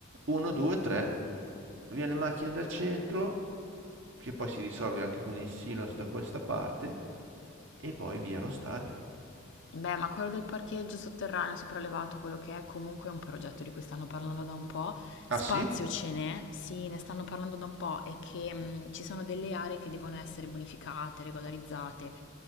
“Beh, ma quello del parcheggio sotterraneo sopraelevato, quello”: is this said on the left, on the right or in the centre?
Left